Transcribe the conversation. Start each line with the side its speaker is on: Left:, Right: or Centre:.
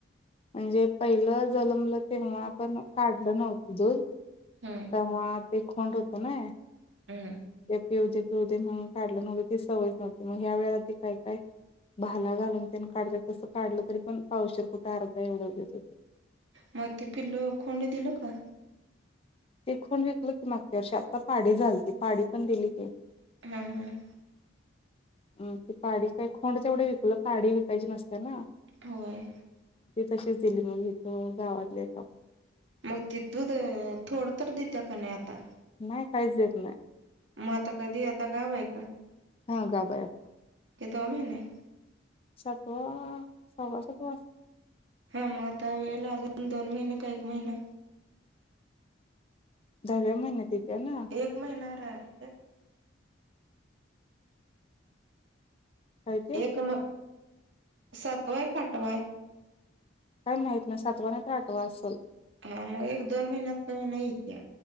Left: म्हणजे पहिलं झालं मला ते पण काढलं नव्हतं दूध
Right: हम्म
Left: तेव्हा ते खोंड होत ना.
Right: हम्म
Left: त्या येव देतो. ते मग काढलं नव्हते ते सवय नव्हती मग ह्या वेळेला ते काय काय? भाला घालून त्यानी काढतात तसं काढलं तरी पण पावशीर कुठे आर्ता एवढं देत होते.
Right: म ते पिलो खंड दिल का?
Left: ते खन विकल की मागच्या वर्ष आता पाडी झालती पाडीी पण दिली काी.
Right: हम्म हम्म.
Left: अम ते पाडी काय खोंड तेवढे विकलं पाडी विकायची नसते ना.
Right: होय.
Left: तसेच दिली मग इथ गावातले.
Right: मग तेि दूध थोड तर देत का नाही आता
Left: नाही काहीच येत नाही.
Right: मग आता कधी आता गाव आहे का?
Left: हा गाबाया.
Right: कतो महिने
Left: सातवा सव्वा सातवा
Right: हा मग आता वेळ अजून दोन महिने का एक महिना
Left: दहाव्या महिन्यात येत्या ना
Right: एक महिन र आहे एक महिना
Left: काय ते
Right: एक म सातवाय क अठवाय.
Left: काय माहीत नाही सातवा नाहीत आठवा असल.
Right: हा मग एक दोन महिन्यात कमी नाहीेत त्या